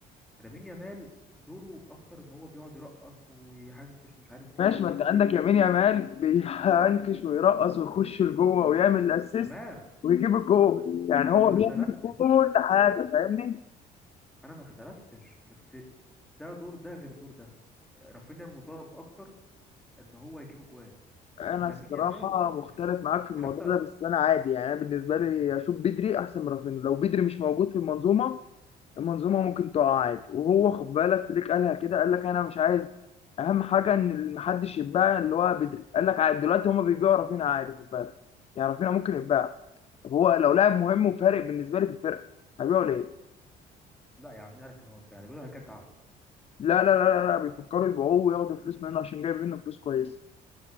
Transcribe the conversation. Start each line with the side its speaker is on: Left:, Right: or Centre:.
Centre: لامين يامال دوره اكتر ان هو بيقعد يرقص ويحنكش ومش عارف ايه
Left: ماشي
Centre: والكلام
Left: ما انت عندك
Centre: ده
Left: يمين يامال بينكش ويرقص ويخش لجوه ويعمل الاسيست
Centre: تمام
Left: ويجيب الجول يعني
Centre: انا
Left: هو
Centre: ما اختلفتش
Left: بيعمل كل حاجه فاهمني
Centre: انا ما اختلفتش بس ده دور ده غير دور ده رافينيا المطالب اكتر ان هو يجيب اجوان
Left: انا
Centre: لامين
Left: الصراحه
Centre: يامال
Left: مختلف
Centre: مش
Left: معاك في الموضوع
Centre: حتى
Left: ده بس انا عادي يعني انا بالنسبه لي اشوف بدري احسن من رافينيا لو بدري مش موجود في المنظومه المنظومه ممكن تقع عادي وهو خد بالك فليك قالها كده قال لك انا مش عايز اهم حاجه ان محدش يتباع اللي هو بدري قال لك عادي دلوقتي هما بيبيعوا رافينيا عادي خد بالك يعني رافينيا ممكن يتباع طب هو لو لاعب مهم وفارق بالنسبه لي في الفرقه هيبيعوا ليه؟
Centre: لا يا عم مين قالك ان هو بتاع ده؟ بيقولوا هيجدد عقده
Left: لا لا لا لا, لا بيفكروا يبيعوه وياخدوا فلوس منه عشان جايب منه فلوس كويسه